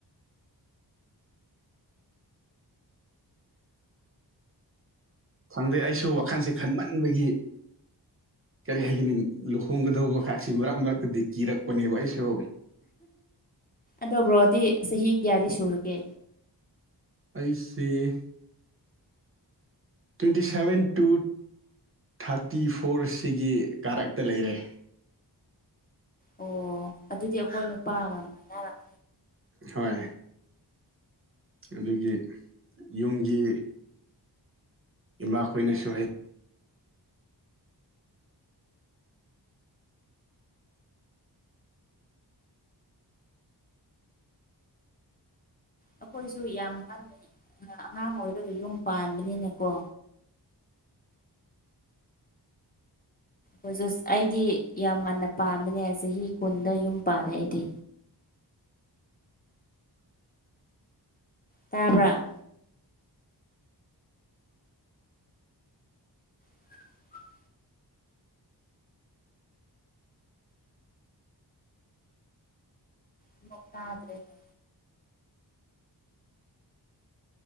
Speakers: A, on the right; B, on the left.
A: ꯈꯪꯗꯦ ꯑꯩꯁꯨ ꯋꯥꯈꯜꯁꯦ ꯈꯟꯃꯟꯕꯒꯤ꯫ ꯀꯔꯤ ꯍꯥꯏꯒꯅꯤ ꯂꯨꯍꯣꯡꯒꯗꯧꯕ ꯈꯁꯤ ꯃꯔꯛ ꯃꯔꯛꯇꯗꯤ ꯀꯤꯔꯛꯄꯅꯦꯕ ꯑꯩꯁꯨ꯫
B: ꯑꯗꯨ ꯕ꯭ꯔꯣꯗꯤ ꯆꯍꯤ ꯀꯌꯥꯗꯤ ꯁꯨꯔꯒꯦ꯫
A: ꯑꯩꯁꯦ꯫ ꯇ꯭ꯋꯦꯟꯇꯤ ꯁꯚꯦꯟ ꯇꯨ ꯊꯥꯔꯇꯤ ꯐꯣꯔꯁꯤꯒꯤ ꯀꯥꯔꯛꯇ ꯂꯩꯔꯦ꯫
B: ꯑꯣ ꯑꯗꯨꯗꯤ ꯑꯩꯈꯣꯏ ꯅꯨꯄꯥꯒ ꯃꯅꯥꯔꯝ꯫
A: ꯍꯣꯏ ꯑꯗꯨꯒꯤ ꯌꯨꯝꯒꯤ꯫ ꯏꯃꯥꯈꯣꯏꯅꯁꯨ ꯍꯩ꯫
B: ꯑꯩꯈꯣꯏꯁꯨ ꯌꯥꯝ ꯉꯟꯅꯩ ꯑꯉꯥꯡ ꯑꯣꯏꯔꯒ ꯌꯨꯝ ꯄꯥꯟꯕꯅꯤꯅꯀꯣ꯫ ꯑꯣꯖ ꯑꯩꯗꯤ ꯌꯥꯝ ꯉꯥꯟꯅ ꯄꯥꯝꯕꯅꯦ ꯆꯍꯤ ꯀꯨꯟꯗ ꯌꯨꯝ ꯄꯥꯜꯂꯦ ꯑꯩꯗꯤ꯫ ꯇꯥꯕ꯭ꯔꯥ꯫ <unintelligible> ꯑꯃꯨꯛ ꯇꯗꯔꯦꯅꯦ꯫